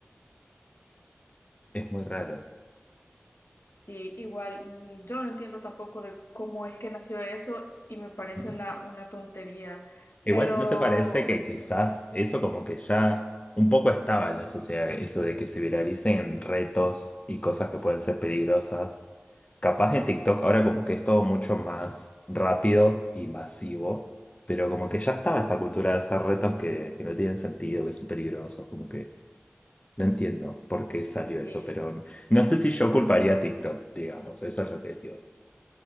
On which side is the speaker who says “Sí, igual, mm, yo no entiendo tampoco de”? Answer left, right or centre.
Left